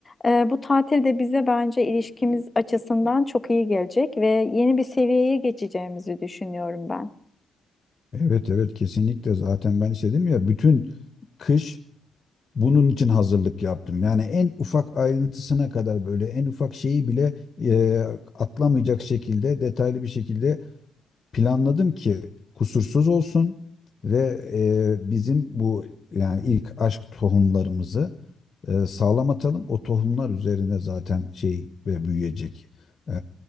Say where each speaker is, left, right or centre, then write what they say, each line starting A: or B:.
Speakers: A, on the left (about 20°); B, on the left (about 40°).
A: E, bu tatil de bize bence ilişkimiz açısından çok iyi gelecek ve yeni bir seviyeye geçeceğimizi düşünüyorum ben.
B: Evet evet kesinlikle zaten ben istedim ya bütün kış bunun için hazırlık yaptım. Yani en ufak ayrıntısına kadar böyle en ufak şeyi bile e, atlamayacak şekilde detaylı bir şekilde planladım ki kusursuz olsun ve e, bizim bu yani ilk aşk tohumlarımızı e, sağlam atalım. O tohumlar üzerine zaten şey ve büyüyecek. E,